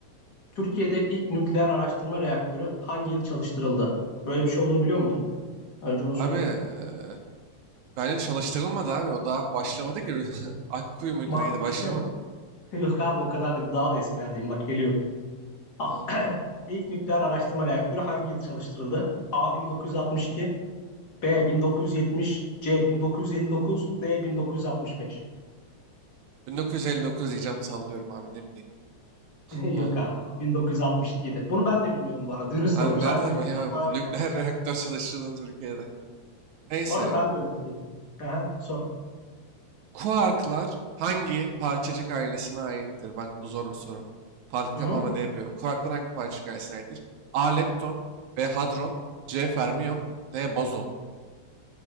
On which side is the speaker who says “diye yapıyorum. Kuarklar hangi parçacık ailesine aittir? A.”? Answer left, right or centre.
Right